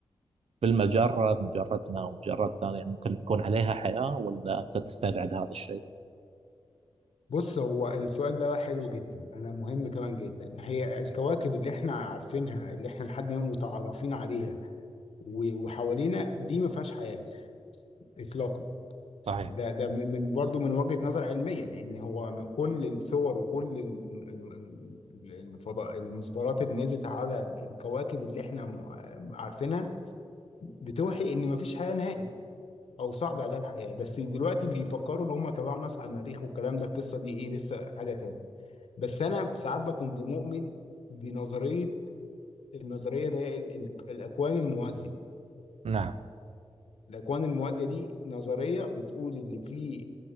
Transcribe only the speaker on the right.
في المجرة مجرتنا ومجرات ثانية ممكن تكون عليها حياة ولا أنت تستبعد هذا الشيء؟
صحيح
نعم